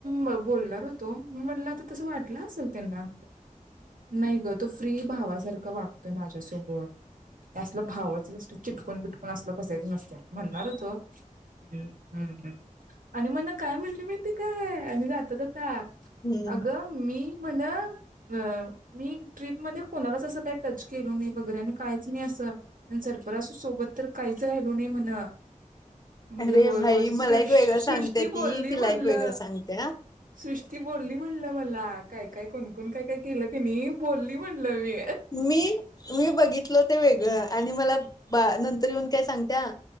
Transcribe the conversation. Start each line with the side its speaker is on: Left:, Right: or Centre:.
Right: म बोलणार होतो, मी म्हटलं आता तसं वाटलं असेल त्यांना. नाहीगं तो फ्री भावासारखं वागतोय माझ्यासोबत. हे असलं भावाचच असलं चिटकून बिटकून असलं बसायचं नसत्या, म्हणणार हुतो हम्म हम्म हम्म. आणि म्हणं काय म्हणली माहिती काय? आणि जाता जाता.
Left: हम्म.
Right: अगं मी म्हणं अ मी ट्रिपमध्ये कोणालाच असं काही टच केल नाही वगैरे आणि काहीच नाही असं सर पर अस सोबत तर काहीच राहिलो नाही म्हण. म्हणलो
Left: अरे
Right: होय
Left: भाई
Right: होय. सृ
Left: मला एक
Right: सृष्टी
Left: वेगळं सांगते ती
Right: बोलली
Left: तिला
Right: म्हणल
Left: एक वेगळं सांगत्या.
Right: सृष्ट ती बोलली म्हणलं मला काय काय कोणकोण काय काय केलं कनी बोलली म्हणलं मी.
Left: मी मी बघितल ते वेगळं. आणि मला बा नंतर येऊन काय सांगत्या